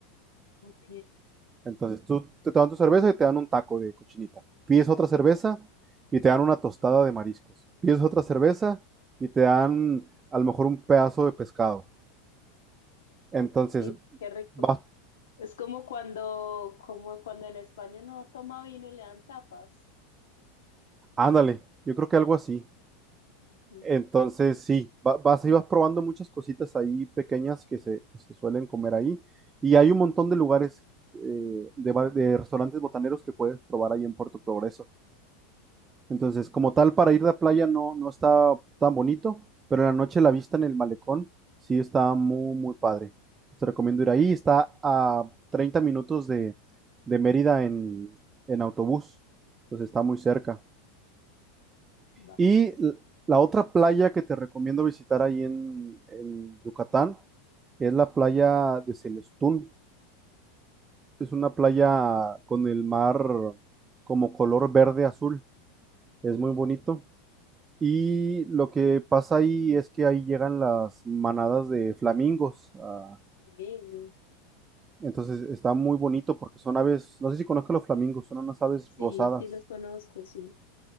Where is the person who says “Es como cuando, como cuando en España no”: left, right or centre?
Left